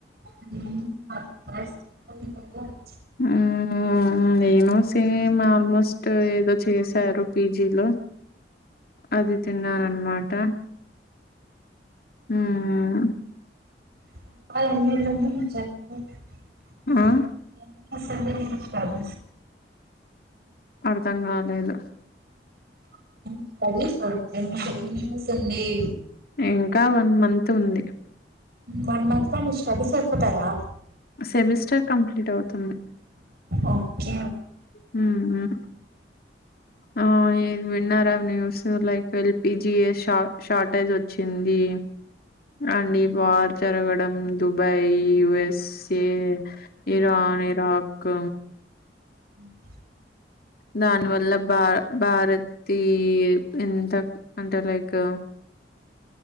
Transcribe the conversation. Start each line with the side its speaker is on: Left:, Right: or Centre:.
Right: <unintelligible>
Left: హ్మ్ నేను సినిమా ఆల్మోస్ట్ ఏదో చేశారు. పీజీలో అది తిన్నాను అన్మాట హ్మ్
Right: <unintelligible> జరుగుతుంది, జరుపుకో ఓ
Left: ఆ
Right: పెద్ద ఇన్స్టాలో
Left: అర్ధం కాలేదు
Right: <unintelligible> స్టడీస్ మమ్మి ఎమ్క్ ఇల్ సంధి
Left: ఇంకా వన్ మంత్ ఉంది.
Right: వన్ మంత్లో నీ స్టడీస్ అయిపోతయా
Left: సెమిస్టర్ కంప్లీట్ అవుతుంది.
Right: ఓకే
Left: హ్మ్ హ ఆ ఇది విన్నారా న్యూస్ లైక్ ఎల్పి జి ఎస్ షా షార్టేజ్ వచ్చింది. అండ్ ఈ వార్ జరగడం దుబాయ్ యుఎస్ఏ ఇరాన్, ఇరాక్
Right: ఉ
Left: దాని వల్ల బా భారతి ఎంత అంటే లైక్